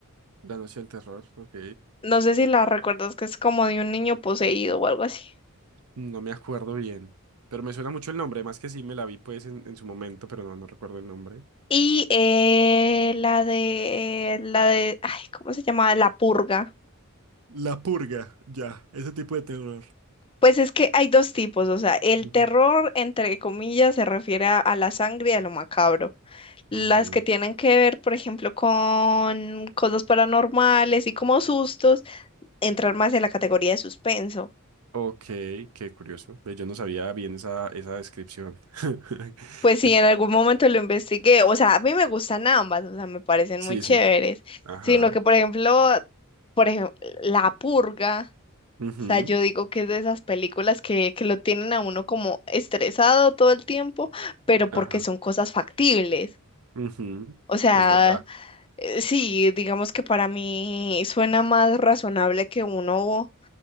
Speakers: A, on the right (about 80°); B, on the left (about 25°).
A: La Noche del Terror, ok.
B: No sé si la recuerdas, que es como de un niño poseído o algo así.
A: No me acuerdo bien. Pero me suena mucho el nombre, más que sí me la vi pues en, en su momento, pero no, no recuerdo el nombre.
B: Y eh, la de, la de, ay, ¿cómo se llamaba? La purga.
A: La purga, ya, ese tipo de terror.
B: Pues es que hay dos tipos, o sea, el
A: Ujú.
B: terror, entre comillas, se refiere a, a la sangre y a lo macabro. Las
A: Ujú.
B: que tienen que ver, por ejemplo, con cosas paranormales y como sustos, entrar más en la categoría de suspenso.
A: Ok, qué curioso. Ve, Yo no sabía bien esa, esa descripción. <laughs>
B: Pues sí,
A: Que-
B: en algún momento lo investigué. O sea, a mí me gustan ambas, o sea, me parecen
A: Sí,
B: muy chéveres.
A: sí. Ajá.
B: Sino que, por ejemplo, por ejemplo, La Purga,
A: ujú,
B: o sea, yo digo que es de esas películas que, que lo tienen a uno como estresado todo el tiempo, pero porque
A: Ajá.
B: son cosas factibles.
A: ujú,
B: O sea,
A: Es verdad.
B: eh, sí, digamos que para mí suena más razonable que uno